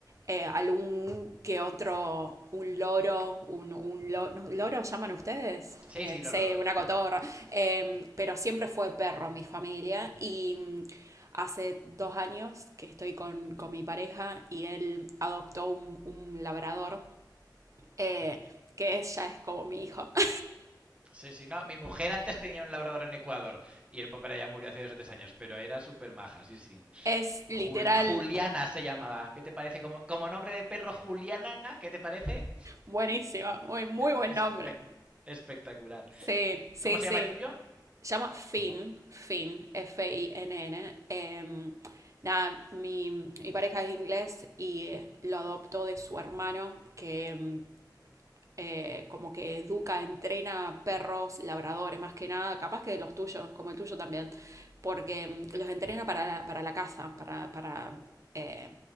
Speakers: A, on the right; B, on the right.
A: eh, algún que otro, un loro, un, un lo- ¿no? loro, ¿llaman ustedes?
B: Sí,
A: Eh,
B: sí, loro,
A: sí,
B: loro.
A: una cotorra. Eh, pero siempre fue perro mi familia y mm, hace dos años que estoy con, con mi pareja y él adoptó un, un labrador eh, que es- ya es como mi hijo. <laughs>
B: Sí, sí, no. Mi mujer antes tenía un labrador en Ecuador y el papá ya murió hace dos o tres años, pero era súper maja, sí, sí.
A: Es literal
B: Jul- Juliana se llamaba. ¿Qué te parece? Como, como nombre de perro Juliana, ¿qué te parece?
A: Buenísimo, muy, muy
B: Eh,
A: buen
B: espe-
A: nombre.
B: espectacular.
A: Sí, sí,
B: ¿Cómo se
A: sí.
B: llama el tuyo?
A: Se llama Finn, Finn, F-I-N-N. Em, nada, mi, mi pareja es inglés y eh, lo adoptó de su hermano, que em, eh, como que educa, entrena perros, labradores, más que nada, capaz que de los tuyos, como el tuyo también, porque em, los entrena para la, para la caza, para, para eh,